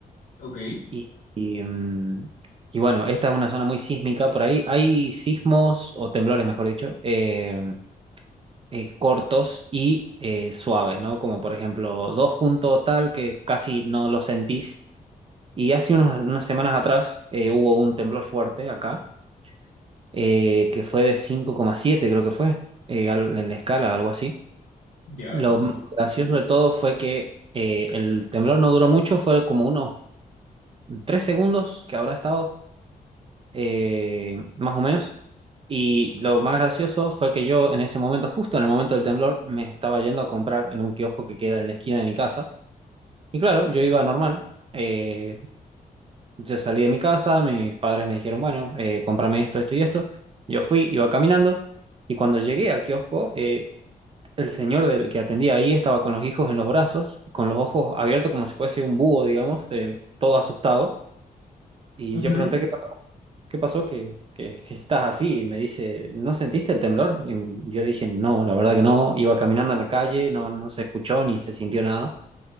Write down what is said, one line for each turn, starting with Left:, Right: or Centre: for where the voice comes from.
Left: ok,
Right: Y, y, mm, y bueno, esta es una zona muy sísmica, por ahí hay sismos o temblores, mejor dicho, eh, eh, cortos y eh, suaves, ¿no? Como por ejemplo dos puntos tal que casi no lo sentís Y hace unas, unas semanas atrás eh, hubo un temblor fuerte acá, eh, que fue de 5,7, creo que fue, eh, al- en la escala, algo así.
Left: ya.
Right: Lo más
Left: oh.
Right: gracioso de todo fue que eh, el temblor no duró mucho, fue como unos 3 segundos que habrá estado, eh, más o menos. Y lo más gracioso fue que yo en ese momento, justo en el momento del temblor, me estaba yendo a comprar en un kiosco que queda en la esquina de mi casa. Y claro, yo iba normal. eh, Yo salí de mi casa, mis padres me dijeron, bueno, eh, cómprame esto, esto y esto. Yo fui, iba caminando y cuando llegué al kiosco, eh, el señor del que atendía ahí estaba con los hijos en los brazos, con los ojos abiertos como si fuese un búho, digamos, eh, todo asustado. Y
Left: Ujú.
Right: yo pregunté, ¿qué pasó? ¿Qué pasó? ¿Que, que, que estás así? Y me dice, ¿no sentiste el temblor? Y yo dije, no, la verdad que no. Iba caminando en la calle, no, no se escuchó ni se sintió nada.